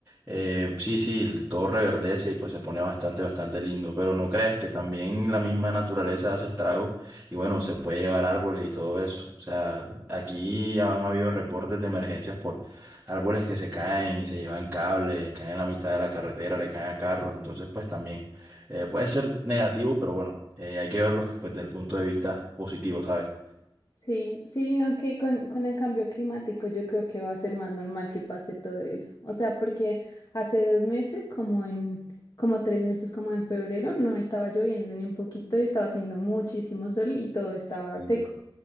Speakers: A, on the right (about 20°); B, on the left (about 50°).
A: eh, sí, sí, todo reverdece y pues se pone bastante, bastante lindo, pero no creas que también la misma naturaleza hace estragos y bueno, se puede llevar árboles y todo eso. O sea, aquí ya han habido reportes de emergencias por árboles que se caen y se llevan cables, caen en la mitad de la carretera, le caen a carros, entonces pues también. Eh, puede ser negativo, pero bueno, eh, hay que verlo pues, desde el punto de vista positivo, ¿sabes?
B: Sí, sí, aunque con, con el cambio climático yo creo que va a ser más normal que pase todo eso. O sea, porque hace dos meses, como en, como tres meses, como en febrero, no estaba lloviendo ni un poquito y estaba haciendo muchísimo sol y todo estaba
A: Sí.
B: seco.